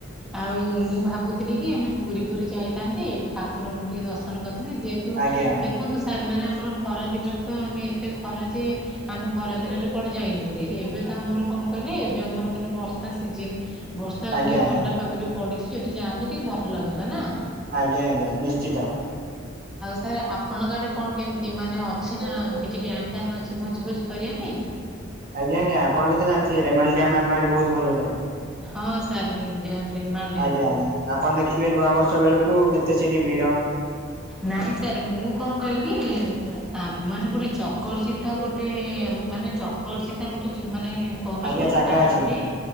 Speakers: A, in the centre; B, on the right.
A: ଆଉ ମୁଁ ଭାବୁଥିଲି କି ଆମେ ପୁରୀ ଫୁରୀ ଯାଇଥାନ୍ତେ। ଠାକୁରଙ୍କୁ ଟିକେ ଦର୍ଶନ କରିଥିଲେ ଯେହେତୁ
B: ଆଜ୍ଞା ଆଜ୍ଞା
A: ଦେଖନ୍ତୁ ସାର୍ ମାନେ ଆ ଆମର ଖରା ଦିନରେ ତ ଆମେ ଏତେ ଖରା ଯେ ଆମେ ଖରା ଦିନରେ କୁଆଡେ ଯାଇନଥିଲେ ଏବେ ତ ଆମର କଣ କହିଲେ ଏବେ ଆମର ମାନେ ବର୍ଷ୍ ସିଜନ ବର୍ଷା ହୋଉଚି
B: ଆଜ୍ଞା
A: ଥଣ୍ଡା ପାଗ ବି ପଡିଚି ଯଦି ଯାଆନ୍ତେ ଟିକେ ଭଲ ଲାଗନ୍ତା ନା।
B: ଆଜ୍ଞା ଆଜ୍ଞା ନିଶ୍ଚିତ।
A: ସାର ଆପଣଙ୍କ ଆଡେ କଣ କେମିତି ମାନେ ଅଛି ନା କିଛି ଡ୍ୟାମ୍ ଫ୍ୟାମ୍ ଅଛି ଭୋଜି ଫୋଜି କରିବା ପାଇଁ?
B: ଆଜ୍ଞା ଆଜ୍ଞା ଆପଣ ବି ତ ଜାଣିଥିବେ ରେମହାଳ ଡ୍ୟାମ୍ ଆମ ଆଡେ ବୋହୁତ ଭଲ ଜାଗା।
A: ହଁ ସାର୍ ଡ୍ୟାମ ରେମହାଳ ଡ୍ୟାମ।
B: ଆଜ୍ଞା ଆପଣ ଦେଖିଥିବେ ନୂଆ ବର୍ଷ ବେଳକୁ କେତେ ସେଠି ଭିଡ।
A: ନାଇଁ ସାର୍ ମୁଁ କ କଣ କହିଲି ଆ-ମାନେ ଗୋଟେ ଚକର୍ ଚିତା ଗୋଟେ ଆ-ମାନେ ଚକର ଚିତା ଗୋ ଗୋଟେ ଯିନ ମାନେ କଣ କହିଲ
B: ଆଜ୍ଞା
A: ଗୋଟେ
B: ଜାଗା
A: ପାହାଡଟେ
B: ଅଛି